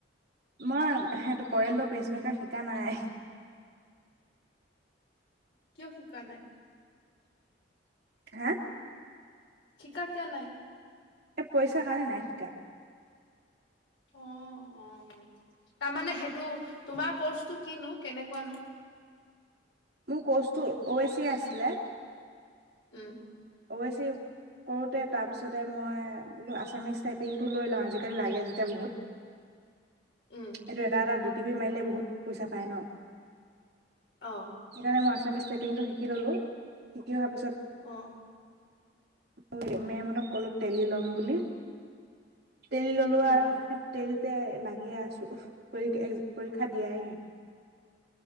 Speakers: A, on the right; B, on the left.
A: মই সেইটো কৰেলৰ পেচিমেকাৰ শিকা নাই।
B: কিয় শিকা নাই?
A: হা?
B: শিকা কিয় নাই?
A: এ পইচাৰ কাৰণে নাই শিকা।
B: অ', অ', তাৰমানে সেইটো, তোমাৰ কৰ্চটো কিনো? কেনেকুৱানো?
A: মোৰ কোৰ্চটো অএচি আছিলে।
B: উম।
A: অৱশ্যে কৰোঁতে, তাৰপিছতে মই বোলো, আছামিছ টাইপিংটো লৈ লওঁ, আজিকালি লাগে যেতিয়া বহুত।
B: উম
A: এইটো এটা এটা <unintelligible> <unintelligible> মাৰিলে বহুত পইচা পায় ন?
B: অ
A: সেইকাৰণে মই আমিচ ষ্টেপিং টো শিকি ল'লোঁ, শিকি অহাৰ পিছত
B: অ'
A: মে মেমহঁতক ক'লো টেলী ল'ম বুলি। টেলী ল'লোঁ
B: উম
A: আৰু <unintelligible> <unintelligible> লাগিয়ে আছোঁ। পৰি, এহ পৰীক্ষা দিয়াই নাই।